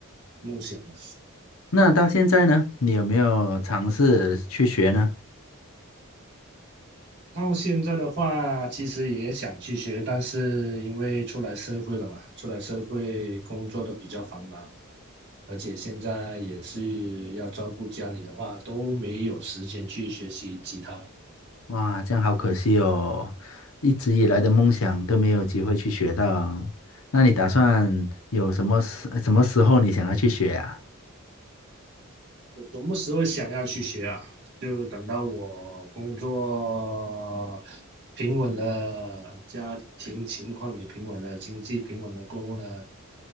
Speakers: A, on the right; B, on the left.
A: 梦想了。
B: 那到现在呢，你有没有尝试去学呢？
A: 到现在的话，其实也想去学，但是因为出来社会了嘛，出来社会工作的比较繁忙，而且现在也是要照顾家里的话，都没有时间去学习吉他了。
B: 哇，这样好可惜哦，一直以来的梦想都没有机会去学到。那你打算有什么时什么时候你想要去学啊？
A: 我什么时候想要去学啊？就等到我工作平稳了，家庭情况也平稳了，经济平稳了过后呢，